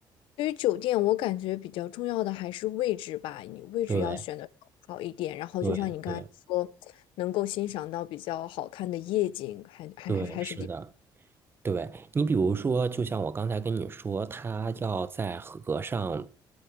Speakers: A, on the left; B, on the right.
A: 对于酒店，我感觉比较重要的还是位置吧，你位置要选的好一点，
B: 对
A: 然后就像你刚才说，
B: 对对，
A: 能够欣赏到比较好看的夜景，还还还是还是比，
B: 对，是的。对，你比如说，就像我刚才跟你说，他要在河上